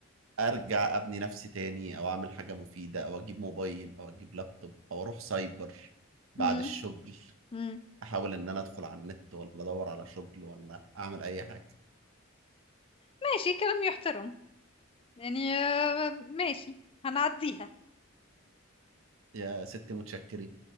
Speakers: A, on the right; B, on the left.
A: ارجع ابني نفسي تاني او اعمل حاجه مفيده او اجيب موبايل او اجيب لابتوب او اروح سايبر بعد
B: مم.
A: الشغل
B: مم.
A: احاول ان انا ادخل على النت ولا ادور على شغل ولا اعمل اي حاجه
B: ماشي كلام يحترم يعني آه، ماشي هنعديها
A: يا ست متشكرين